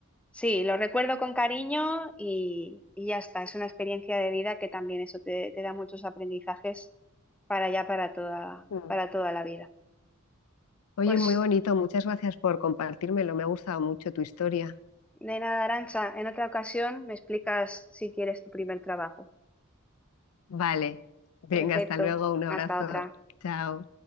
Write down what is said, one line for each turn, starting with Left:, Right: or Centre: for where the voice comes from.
Centre: Sí, lo recuerdo con cariño y, y ya está. Es una experiencia de vida que también eso te, te da muchos aprendizajes para ya para toda,
Left: Mm.
Centre: para toda la vida.
Left: Oye,
Centre: Pues
Left: muy bonito, muchas gracias por compartírmelo, me ha gustado mucho tu historia.
Centre: de nada, Arancha, en otra ocasión me explicas si quieres tu primer trabajo.
Left: Vale, venga,
Centre: Perfecto,
Left: hasta luego, un abrazo,
Centre: hasta otra.
Left: chao.